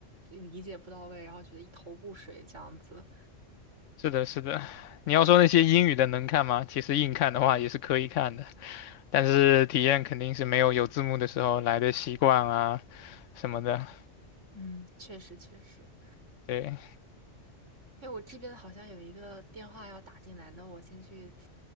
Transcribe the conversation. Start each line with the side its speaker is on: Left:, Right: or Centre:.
Right: 理解不到位，然后觉得一头雾水这样子。
Left: 是的，是的。你要说那些英语的能看吗？其实硬看的话也是可以看的，但是体验肯定是没有有字幕的时候来的习惯啊什么的。
Right: 嗯，确实确实。
Left: 对。
Right: 哎，我这边好像有一个电话要打进来，那我先去，